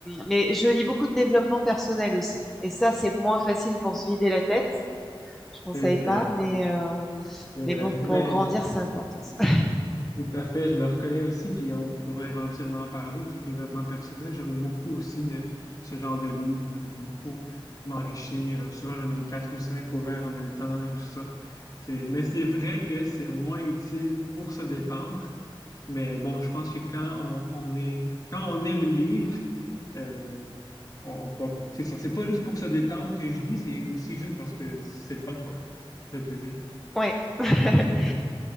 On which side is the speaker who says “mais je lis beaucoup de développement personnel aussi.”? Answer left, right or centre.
Centre